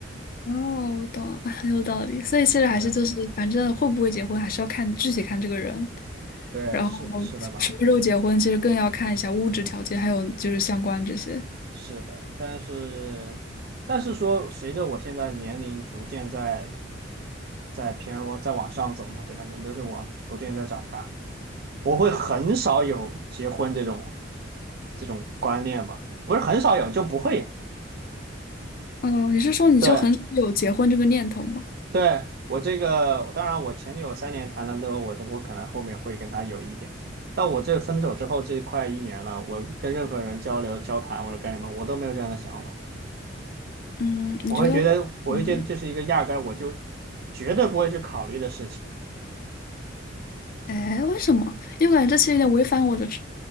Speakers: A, on the left; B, on the right.
A: 哦，我懂了很 <laughs> 有道理。所以其实还是就是，
B: 对
A: 反正会不会结婚还是要看具体看这个人，
B: 对，
A: 然后什么时候结婚，
B: 是是的吧？
A: 其实更要看一下物质条件，还有就是相关这些。
B: 是的，但是但是说，随着我现在年龄逐渐在在偏往在往上走嘛，对吧？人都是往逐渐在长大，我会很少有结婚这种这种观念吧，不是很少有就不会有。
A: 哦，你是说你就很少有结婚这个念头吗？
B: 对对，我这个当然，我前女友三年谈了之后，我我可能后面会跟她有一点，但我这分手之后这快一年了，我跟任何人交流交谈或者干什么，我都没有这样的想法。
A: 嗯，你觉得？
B: 我会觉得，我会觉得这是一个压根儿我就
A: 嗯
B: 绝对不会去考虑的事情。
A: 哎，为什么？因为我感觉这其实有点违反我的常